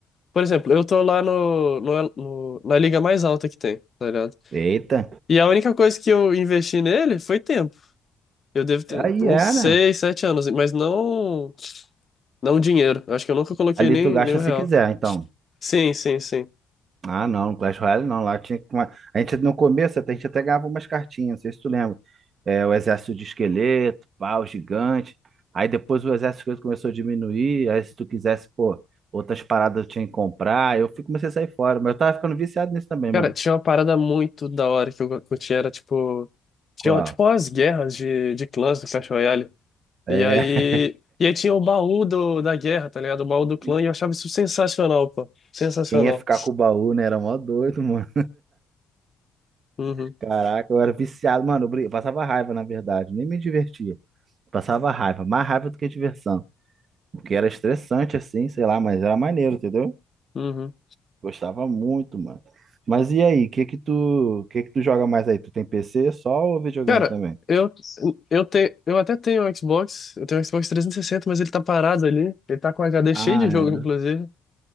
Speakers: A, on the left (about 40°); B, on the right (about 55°).
A: Por exemplo, eu tô lá no, no, no- na liga mais alta que tem, tá ligado?
B: Eita.
A: E a única coisa que eu investi nele foi tempo. Eu devo ter
B: Aí
A: uns
B: era.
A: 6 7 anos, mas não. Não dinheiro. Eu acho que eu nunca coloquei
B: Ali
A: nem,
B: tu gasta
A: nem um real.
B: se quiser, então.
A: Sim, sim, sim.
B: Ah, não, Clash Royale não. Lá tinha que tomar- A gente no começo até, a gente até ganhava umas cartinhas, não sei se tu lembra. É, o exército de esqueleto, pau, gigante. Aí depois o exército de esqueleto começou a diminuir. Aí se tu quisesse, pô, outras paradas eu tinha que comprar. Eu fui, comecei a sair fora. Mas eu tava ficando viciado nisso também,
A: Cara,
B: mano.
A: tinha uma parada muito da hora que eu curti, era tipo. Tinha
B: Qual?
A: tipo umas guerras de, de clãs do Clash Royale.
B: É.
A: E aí. E aí tinha o baú do, da guerra, tá ligado? O baú do clã,
B: <laughs>
A: e eu achava isso sensacional, pô. Sensacional.
B: Quem ia ficar com o baú, né? Era mó doido, mano.
A: Uhum,
B: Caraca, eu era viciado, mano. Eu brin- eu passava raiva, na verdade. Nem me divertia. Passava raiva. Mais raiva do que diversão. Porque era estressante, assim, sei lá, mas era maneiro, entendeu?
A: uhum.
B: Gostava muito, mano. Mas e aí, que que tu, que que tu joga mais aí? Tu tem PC só ou videogame
A: Cara,
B: também?
A: eu, eu, te, eu até tenho um Xbox, eu tenho um Xbox trezentos e sessenta mas ele tá parado ali. Ele tá com HD
B: Ah,
A: cheio de
B: é.
A: jogo, inclusive.